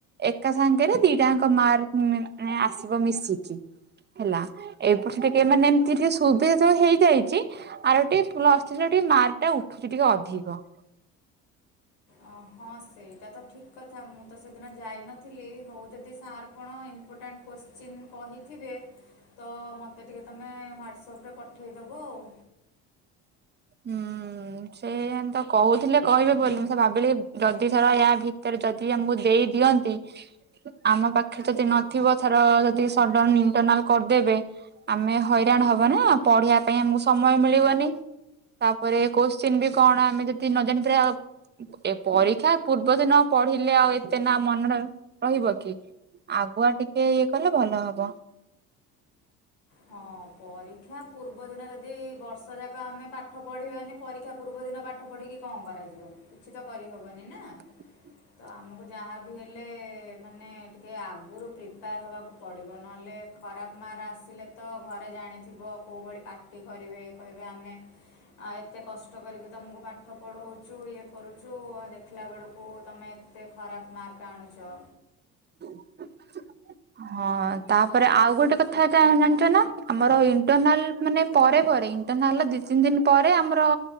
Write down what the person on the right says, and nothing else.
ଏକା ସାଙ୍ଗରେ ଦିଟାଙ୍କ ମାର୍କ ମାନେ ଆସିବ ମିଶିକି। ହେଲା ଏପଟ ସେ ଟିକେ ମାନେ ଏମିତି ଟିକେ ସୁବିଧା ଯୋଉ ହେଇଯାଇଛି ଆର ଟିକେ ପ୍ଲସ ଥ୍ରିରେ ଟିକେ ମାର୍କ ଟା ଉଠୁଛି ଟିକେ ଅଧିକ।
ହୁଁ। ସେମ ତ କହୁଥିଲେ କହିବେ ବୋଲି ମୁଁ ସେ ଭାବିଲି ଯଦି ଥର ୟା ଭିତରେ ଯଦିମକୁ ଦେଇ ଦିଅନ୍ତି ଆମ ପାଖରେ ଯଦି ନଥିବ ଧର ଯଦି ସଡନ ଇଣ୍ଟରନାଲ କରିଦେବେ ଆମେ ହଇରାଣ ହବା ନା ପଢିବା ପାଇଁ ଆମକୁ ସମୟ ମିଳିବନି ତାପରେ କୋଶ୍ଚିନ୍ ବି କଣ ଆମେ ଯଦି ନ ଜାଣି ପାରିବା ଏ ପରୀକ୍ଷା ପୂର୍ବ ଦିନ ପଢିଲେ ଆଉ ଏତେ ନା ମନରେ ରହିବ କି ଆଗୁଆ ଟିକେ ଇଏ କଲେ ଭଲ ହବ।
<inaudible>
<inaudible> ହଁ ତାପରେ ଆଉ ଗୋଟେ କଥା ଜାଣିଛ ନା ଆମର ଇଣ୍ଟରନାଲ ମାନେ ପରେ ପରେ ଇଣ୍ଟରନାଲ ଦି ତିନି ଦିନି ପରେ ଆମର